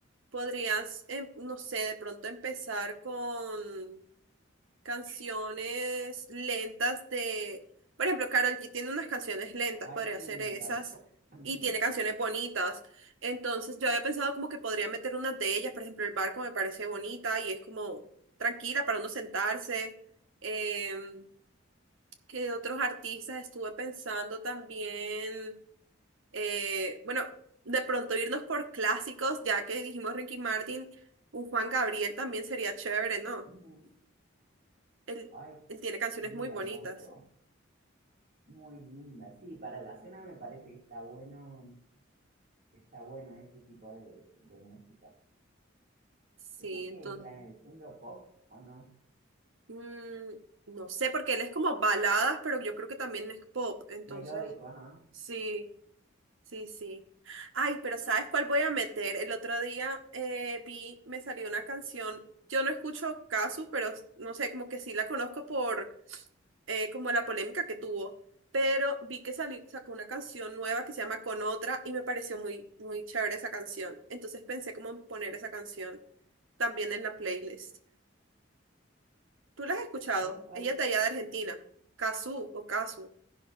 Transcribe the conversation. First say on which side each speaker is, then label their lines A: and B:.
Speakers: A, on the right (about 70°); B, on the right (about 40°).
A: podrías, em- no sé, de pronto empezar con canciones lentas de, por ejemplo, Karol G tiene unas canciones lentas,
B: Ay,
A: podría
B: sí,
A: hacer
B: me
A: esas,
B: encanta. Ujú,
A: y tiene canciones bonitas. Entonces yo había pensado como que podría meter unas de ellas, por ejemplo, El Barco me parece bonita y es como tranquila para uno sentarse. Em, ¿qué otros artistas estuve pensando también? Eh, bueno, de pronto irnos por clásicos, ya que dijimos Ricky Martin, un Juan Gabriel también sería chévere, ¿no?
B: ujú.
A: Él,
B: Ay,
A: él tiene canciones
B: sí,
A: muy
B: hermoso.
A: bonitas.
B: Muy linda. Sí, para la cena me parece que está bueno, está bueno ese tipo de, de música.
A: Sí,
B: ¿Eso es
A: entonces.
B: que entra en el género pop o no?
A: Mm, no sé, porque él es como baladas, pero yo creo que también es pop, entonces.
B: Melódico, ajá.
A: Sí, sí, sí. Ay, pero ¿sabes cuál voy a meter? El otro día eh, vi, me salió una canción. Yo no escucho Casu, pero no sé, como que sí la conozco por eh, como la polémica que tuvo, pero vi que salió, sacó una canción nueva que se llama Con Otra y me pareció muy, muy chévere esa canción. Entonces pensé como en poner esa canción también en la playlist. ¿Tú la has escuchado?
B: ¿Cuál, cuál?
A: Ella es de allá de Argentina, Cazzu o Casu.